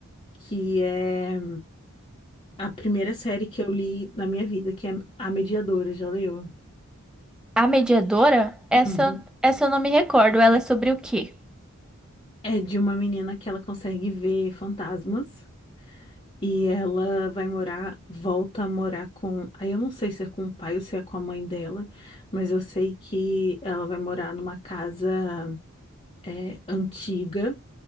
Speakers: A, on the left; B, in the centre.
A: Que é a primeira série que eu li na minha vida, que é A Mediadora, já leu?
B: A mediadora, essa,
A: Uhum.
B: essa eu não me recordo, ela é sobre o quê?
A: É de uma menina que ela consegue ver fantasmas. E ela vai morar, volta a morar com. Aí eu não sei se é com o pai ou se é com a mãe dela, mas eu sei que ela vai morar numa casa é, antiga